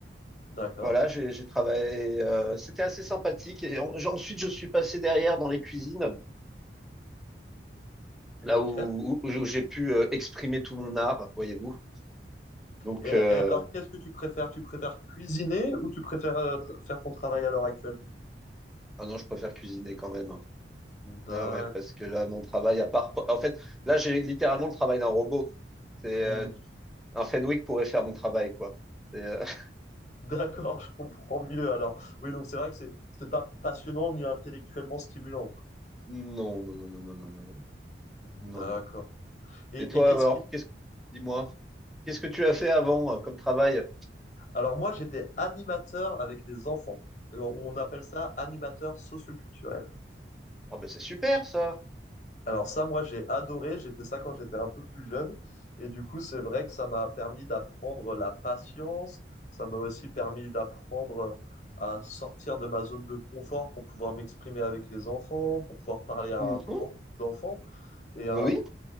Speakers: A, on the left; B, in the centre.
A: d'accord.
B: Voilà, j'ai j'ai travaillé. euh, c'était assez sympathique. Et en- j'- ensuite, je suis passé derrière dans les cuisines, là
A: Ok.
B: où, où- où j'ai pu euh, exprimer tout mon art, voyez-vous. Donc,
A: Et, et
B: euh,
A: alors, qu'est-ce que tu préfères? Tu préfères cuisiner ou tu préfères euh, tr- faire ton travail à l'heure actuelle?
B: ah non, je préfère cuisiner quand même. hein.
A: D'accord.
B: Ah ouais, parce que là, mon travail, à part, en fait, là, j'ai littéralement le travail d'un robot. C'est
A: Hmm.
B: euh, un Fenwick pourrait faire mon travail, quoi. C'est euh, <laughs>
A: D'accord, je comprends mieux alors. Oui, donc c'est vrai que c'est c'était pas passionnant ni intellectuellement stimulant, quoi.
B: non, non, non, non, non, non, non,
A: D'accord.
B: non, non, non.
A: Et,
B: Et toi,
A: et qu'est-ce
B: alors,
A: qui...
B: qu'est-ce, dis-moi, qu'est-ce que tu as fait avant euh, comme travail?
A: Alors moi, j'étais animateur avec les enfants. Et On on appelle ça animateur socioculturel.
B: Ah ben, c'est super, ça.
A: Alors ça, moi, j'ai adoré. J'ai fait ça quand j'étais un peu plus jeune. Et du coup, c'est vrai que ça m'a permis d'apprendre la patience. Ça m'a aussi permis d'apprendre à sortir de ma zone de confort pour pouvoir m'exprimer avec les enfants, pour pouvoir parler à
B: Mhm.
A: un grand groupe d'enfants. Et
B: Oui.